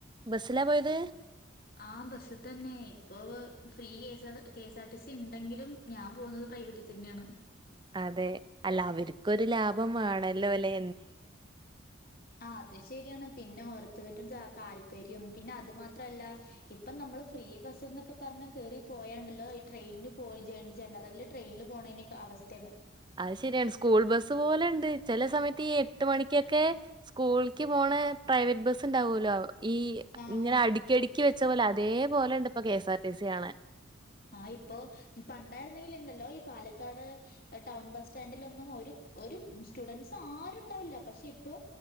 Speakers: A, on the right; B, on the left.
A: ബസ്സിലാ പോയത്?
B: ആ ബസ് തന്നെ ഇപ്പൊ ഫ്രീെഎ ആ കെഎസ്ആർ ടി സി ണ്ടെങ്കിലും ഞാൻ പോുന്നത്. പ്രൈവറ്റിൽ തന്നെയാണ്.
A: അതെ അല്ല അവർക്കൊരു ലാഭവേണല്ലോ ല്ലെ?
B: ആ അത് ശരിയാണ് പിന്നെ ഓർ തേട്ട് ച താല്പര്യം പിന്നെ അത് മാത്രല്ല ഇപ്പം നമ്മൾ ഫ്രീ ബസ്ന്നൊക്കെ പറഞ്ഞ കേറിപ്പോ പോയണ്ടല്ലോ ഈ ട്രെയിനിൽ പോയി ജെൻ ജനറല് ട്രെയിനിൽ പോണേന്റെ ഒക്കെ അവസ്ഥയാണ്.
A: അയ് ശരിയാണ് സ്കൂൾ ബസ്സ് പോലെണ്ട് ചെല സമയത്ത് ഈ എട്ട് മണിക്കൊക്കെ സ്കൂളക്ക് പോണ പ്രൈവറ്റ് ബസ് ഉണ്ടാവല്ലോ ഈ
B: ആ
A: ഇങ്ങനെ അടുിക്കടുക്കി വെച്ച പോലെ അതേപോലെ ഇണ്ട് ഇപ്പ കെഎസ് ആർ ടി സി കാണാൻ
B: ആഹ ഇപ്പോൊ ഇപ്പ ഉണ്ടായിരുന്നെങ്കിൽ ഇണ്ടല്ലോ ഈ പാലക്കാട് ടൗൺ ബസ് സ്റ്റാൻഡിലൊന്നും ഒരു ഒരു സ്റ്റുഡൻറ്സ് ആരും ഉണ്ടാവില്ല പക്ഷെ ഇപ്പോ